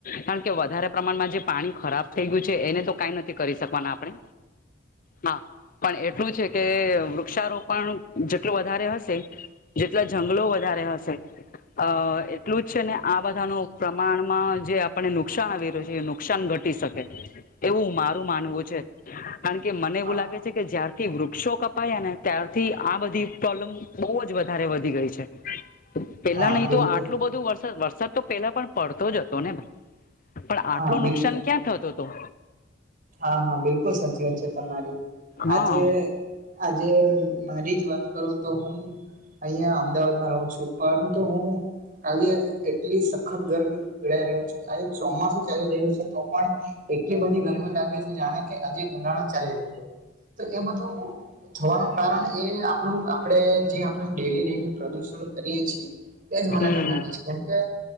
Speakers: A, on the left; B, on the right.
A: કારણ કે વધારે પ્રમાણમાં જે પાણી ખરાબ થઈ ગયું છે એને તો કઈ નથી કરી શકવાના આપણે હા પણ એટલું છે કે વૃક્ષારોપણ જેટલું વધારે હશે જેટલા જંગલો વધારે હશે અ એટલું જ છે ને આ બધા ન પ્રમાણમાં જે આપને નુકસાન આવી રહ્યું છે. નુકસાન ઘટી શકે એવું મારું માનવું છે કારણ કે મને
B: હા
A: એવું લાગે કે જ્યારથી વૃક્ષો કપાયા ને ત્યારથી આ બધી પ્રોબ્લેમ બહુ જ વધારે વધી ગઈ છે. પેલા
B: હા
A: નહી
B: બિલકુલ
A: તો આટલું બધું વરસાદ વરસાદ તો પેલા પણ પડતો જ હતો નેાઈ? પણ
B: હા
A: આટલું
B: બિલકુલ
A: નુકસાન ક્યાં થતોું હતો.
B: હા હા બિલકુલ સાચી વાત છે તમારી
A: હા
B: આજે આજે મારી જ વાત કરું તો હું અહીં અમદાવાદમાં રહું છું. પરંતુ હું આજે એટલી સખત ગરમી પીડાઈ રહ છે આજે ચોમાસું ચાલી રહ્યું છે તો પણ એટલી બધી ગરમી લાગ જણે કેઆજે ઉનાળો જ ચાલી રહ્યો એબઘુ થવાનું કારણ એ આપણું આપણે જે આપણે ડેલી ડેલી પ્રદુષણ કરીએ છીએ એજ મને
A: હમ
B: તો લાગે છે કેમ કે